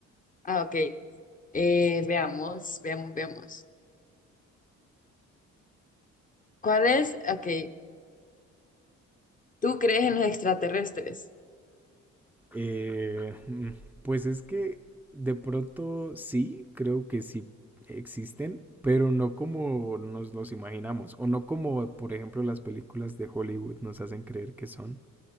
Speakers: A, on the left (about 25°); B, in the centre.
A: Ah, ok. Eh, veamos, veamos, veamos. ¿Cuál es? Ok, ¿tú crees en los extraterrestres?
B: Eh, mm, pues es que de pronto sí, creo que sí existen, pero no como nos los imaginamos, o no como, por ejemplo, las películas de Hollywood nos hacen creer que son.